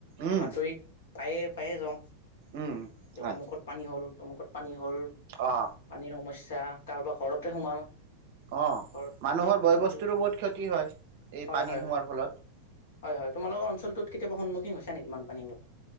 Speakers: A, on the right; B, on the left.
A: উম
B: বাতৰিত পায়ে, পায়ে যাওঁ।
A: উম
B: যে
A: হয়
B: অমুকত পানী হ'ল। অমুকত পানী। ঢল
A: অ
B: পানীৰ সমস্যা। পছা, কাৰোবাৰ ঘৰতে সোমাল।
A: অঁ
B: ঘৰত
A: মানুহৰ
B: তেনেকে
A: বয় বস্তুৰোঁ বহুত ক্ষতি হয়, এই
B: হয়
A: পানী
B: হয়
A: সোমোৱাৰ
B: হয় হয়
A: ফলত।
B: হয় হয় তোমালোকৰ অঞ্চলটোত কেতিয়াবা সন্মুখীন হৈছে নেকি বানপানীৰ?